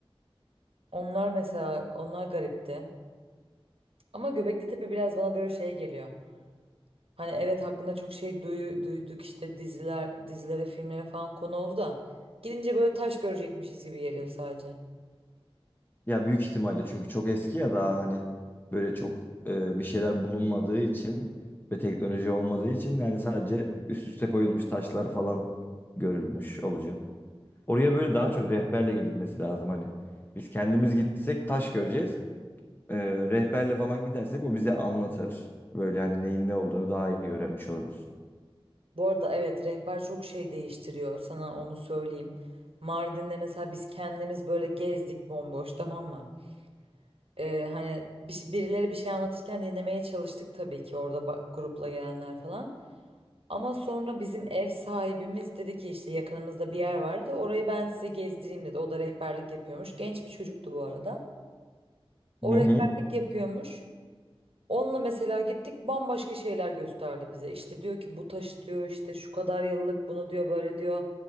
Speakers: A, on the right; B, on the left.
A: Onlar mesela onlar garipti. Ama Göbekli Tepe biraz bana böyle şey geliyor. Hani evet hakkında çok şey duyu, duyduk işte diziler, dizilere, filmlere falan konu oldu da gidince böyle taş görecekmişiz gibi geliyor sadece.
B: Ya büyük ihtimalle çünkü çok eski ya daha hani böyle çok e, bir şeyler bulunmadığı için ve teknoloji olmadığı için yani sadece üst üste koyulmuş taşlar falan görülmüş olacak. Oraya böyle daha çok rehberle gidilmesi lazım hani. Biz kendimiz gitsek taş göreceğiz. E, rehberle falan gidersek o bize anlatır. Böyle hani neyin ne olduğunu daha iyi öğrenmiş oluruz.
A: Bu arada evet rehber çok şey değiştiriyor sana onu söyleyeyim. Mardin'de mesela biz kendimiz böyle gezdik bomboş tamam mı? Ee, hani bir, şey- birileri bir şey anlatırken dinlemeye çalıştık tabii ki orada ba- grupla gelenler falan. Ama sonra bizim ev sahibimiz dedi ki işte yakınımızda bir yer vardı. Orayı ben size gezdireyim dedi. O da rehberlik yapıyormuş. Genç bir çocuktu bu arada. O
B: Hı hı.
A: rehberlik yapıyormuş. Onunla mesela gittik bambaşka şeyler gösterdi bize. İşte diyor ki bu taş diyor işte şu kadar yıllık bunu diyor böyle diyor.